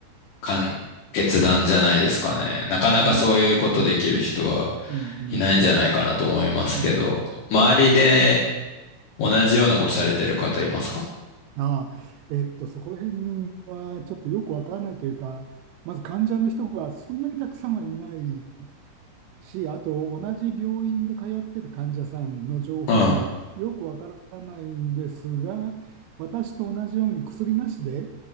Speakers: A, on the left; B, on the right.
A: かん決断じゃないですかね。なかなかそういうことできる人は
B: うん、うん、うん、うん、うん、
A: いないんじゃないかなと思いますけど、
B: うん、うん、うん
A: 周りで同じようなことされてる方いますか
B: ああ、えっと、そこら辺はちょっとよくわからないというか、まず患者の人がそんなにたくさんはいないし、あと同じ病院で通っている患者さんの情報もよくわからないんですが、
A: は
B: 私と同じように薬なしで